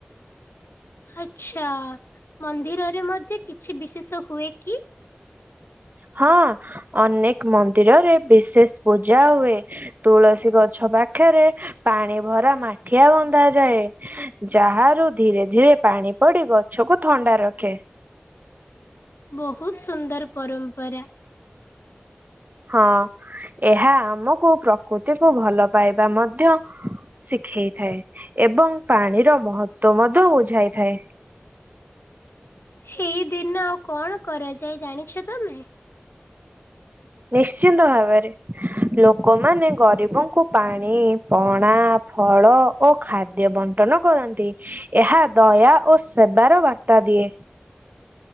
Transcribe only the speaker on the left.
ଆଛା ମନ୍ଦିରରେ ମଧ୍ୟ କିଛି ବିଶେଷ ହୁଏ କି?
ବୋହୁତ ସୁନ୍ଦର ପରମ୍ପରା।
ହେଇ ଦିନ କଣ କରାଯାଏ ଜାଣିଛ ତମେ?